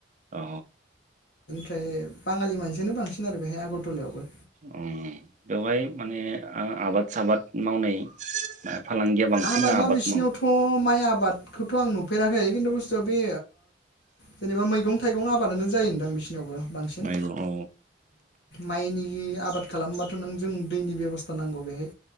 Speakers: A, on the right (about 45°); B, on the left (about 70°).
A: अ।
B: ओमफ्राय बाङालि मानसियानो बांसिन आरो बेहाय आगरटलायावबो।
A: अ बेवहाय माने आ आबाद आबाद मावनाय फालांगिया बांसिन
B: आबादा
A: ना आबाद
B: बिसिनियावथ'
A: मावो
B: माइ आबाद खौथ' आं नुफेराखै खिन्थु बुस्थुआ बे जेनेबा मैगं थाइगं आबादानो जाय होनदां बिसोर यावबो बांसिन
A: मैगं औ
B: माइनि उम आबाद खालामबा नों जों दैनि बेब'स्था नांगौ बेहाय